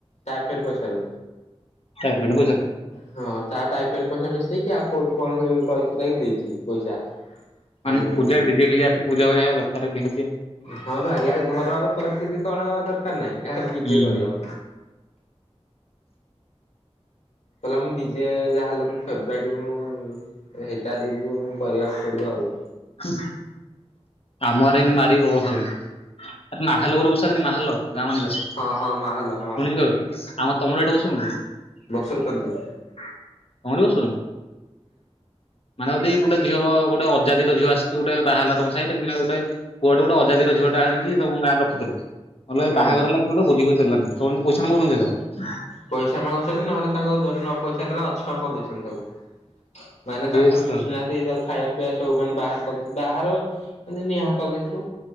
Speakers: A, on the left; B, on the left.
A: ତାଇଫେନ ପଇସା ରୂ।
B: ଷ୍ଟାଇପେଣ୍ଡ ପଇସା
A: ହଁ ତା ଟାଇପଣ୍ଡ ପଇସା ମିଶେଇକି ଆଉ କୋଉଠୁ କଣ ଦେଇଛି ପଇସା। ଆଣିବ
B: ମାନେ
A: ବୋଲି
B: ପୂା ଡିଜେ ଖଜି ଆସି ପୂଜା ପଜାବା ଦରକାର ଦିଅ ଆଉ।
A: ହଁ ବା ଇଆଡେ ଘରର ପରିସ୍ଥିତି କଣ ହବା ଦରକାର ନାହିଁ ଇଏଆଡେ ଡିଜେ
B: ହୁଁ
A: କରିବ। କହିଲା ମୁଁ ଡିଜେ ଯାହେଲେ ମୁଁ ଫେବ୍ରାଇଟ ମୁଁ ଏ ସେଇଟା <unintelligible> କରିବାକୁ ପଡିବ ଆଉ।
B: ହୁଁ ଆମ ଆଡେ ଏମିତି ମାରିକି ଲୋକ ଖାଉଚନ୍ତି, ଆରେ ମାହାଲ ଉପରେ ବର୍ଷାଦିନେ ମାହାଲ। ଗାଁ ମାନଙ୍କରେ ଶୁଣିଚୁ
A: ହଁ ହଁ ମାହଲ ହଁ
B: କେବେ? ଆମ ତମର ଏଇଟି କ <unintelligible>
A: ବସଉଚନ୍ତି।
B: ତମର ବି ବସଉ ମାନେ ଯଦି ଗୋଟେ ଝିଅ ଗୋଟେ ଅଜାଦି ଝିଅ ଆସିକି ଗୋଟେ ବାହାହେଲା ତମ ସାହିରେ କିମ୍ବା ଗୋଟେ ପୁଅଟେ ଗୋଟେ ଅଜାତିର ଝଅଟା ଆଣିକି ତମ ଗଁରେ ରଖିଦେଲା। ନହେଲେ
A: ହୁଁ।
B: ବାହାଘର ହେଲା <unintelligible>
A: ପଇସା ମାଗୁଛନ୍ତି ନହେଲେ ତାକୁ ଯଦି ନ ପଇସା ଦେଲା ଅଛୁଆଁ କରିଦଉଚନ୍ତି ତାକୁ। ମାନେ
B: ବେଶ୍
A: ତାଙ୍କର ମିଶୁନାହାନ୍ତି
B: ତ
A: ତାକୁ ଖାଇବା ପିଆ ସବୁମାନେ ବାହାର କରି ବାହାର ଯେମିତି ଆଙ୍କର ଦେଖିଲୁ